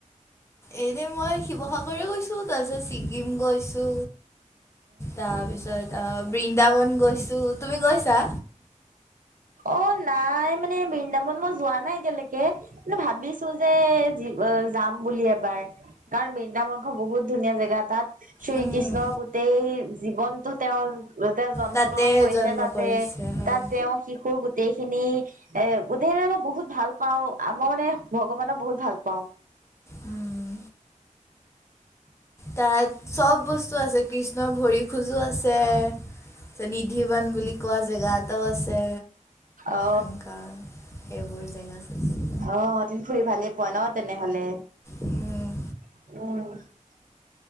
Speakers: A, on the left; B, on the right.
A: এইনে মই শিৱসাগৰে গৈছোঁ। তাৰপিছত ছিকিম গৈছোঁ। তাৰপিছত অহ। বৃন্দাবন গৈছোঁ। তুমি গৈছা?
B: অ নাই, মানে বৃন্দাবন মই যোৱা নাই এতিয়ালৈকে। <unintelligible> ভাবিছো যে যি যাম বুলি এবাৰ। কাৰণ বৃন্দাবনখন বহুত ধুনীয়া জেগা। তাত শ্ৰীকৃষ্ণ
A: উম,
B: গোটেই জীৱনটো তেওঁৰ তেওঁ জন্ম
A: তাতে
B: গ্ৰহণ কৰিছে
A: জন্ম
B: তাতে,
A: কৰিছে হয়।
B: তাত তেওঁ শিশুৰ গোটেইখিনি এ গোটেই বহুত ভাল পাও। আ ম মই মানে ভগৱানক বহুত ভাল পাওঁ।
A: উম, তাত চব বস্তু আছে। কৃষ্ণ ভৰি খোজো আছে চানিধিৱন বুলি কোৱা জেগা এটাও আছে।
B: অ
A: এনকা সেইবোৰ জেগা <unintelligible>
B: অ, তুমি ফুৰি ভালেই পোৱা ন তেনেহলে।
A: উম,
B: উম।